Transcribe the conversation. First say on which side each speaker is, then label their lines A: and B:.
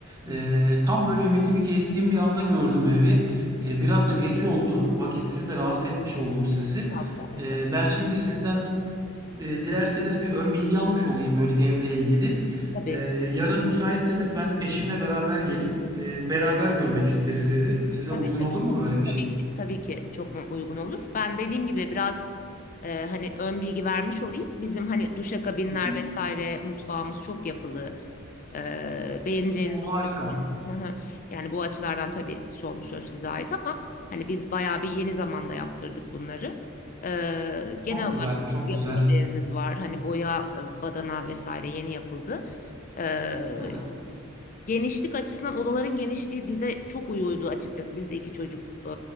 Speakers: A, on the right (about 20°); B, on the left (about 40°).
A: Eee,
B: hı.
A: tam böyle ümidimi kestiğim bir anda gördüm evi. Eee, biraz da geç oldu. Vakitsiz de rahatsız etmiş oldum sizi.
B: Estağfurullah, estağfurullah.
A: Eee, ben şimdi sizden eee, dilerseniz bir ön bilgi almış olayım böyle evle ilgili.
B: Tabii,
A: Eee, yarın müsaitseniz ben eşimle beraber gelip eee, beraber görmek isteriz evi. Size
B: tabii,
A: uygun
B: tabii.
A: olur mu böyle bir şey?
B: Tabii ki, tabii ki çok mu- uygun olur. Ben dediğim gibi biraz e, hani ön bilgi vermiş olayım. Bizim hani duşakabinler
A: Hı hı.
B: vesaire mutfağımız çok yapılı. E, beğeneceğinizi
A: O
B: umuyorum.
A: harika.
B: Hı hı. Yani bu açılardan tabii son söz size ait ama hani biz bayağı bir yeni zamanda yaptırdık bunları. E, genel
A: Çok
B: olarak
A: güzel, çok
B: yapılı
A: güzel.
B: bir evimiz var. Hani boya, e, badana vesaire yeni yapıldı. E,
A: Hı hı.
B: Genişlik açısından odaların genişliği bize çok uyuyordu açıkçası. Biz de iki çocuk e,